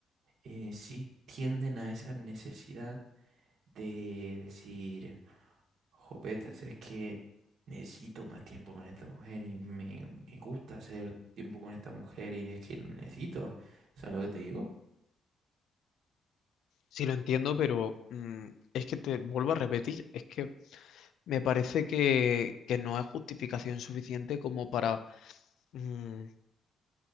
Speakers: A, on the right (about 65°); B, on the left (about 75°).
A: eh, sí tienden a esa necesidad de decir, jopetas es que necesito más tiempo con esta mujer y me, me gusta hacer tiempo con esta mujer y es que lo necesito. ¿Sabes lo que te digo?
B: Sí lo entiendo, pero mm, es que te vuelvo a repetir, es que Me parece que, que no es justificación suficiente como para mm,